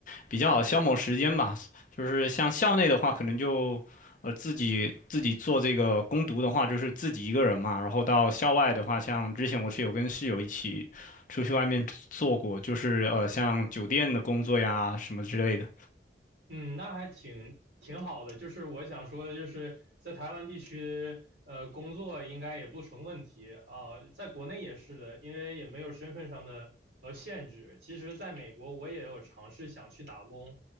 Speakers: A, on the left; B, on the right.
A: 比较好消磨时间吧。就是像校内的话，可能就呃自己自己做这个攻读的话，就是自己一个人嘛。然后到校外的话，像之前我是有跟室友一起出去外面做过，就是呃像酒店的工作呀什么之类的。
B: 嗯，那还挺挺好的。就是我想说的，就是在台湾地区，呃，工作应该也不成问题啊，在国内也是的，因为也没有身份上的呃限制。其实，在美国我也有尝试想去打工，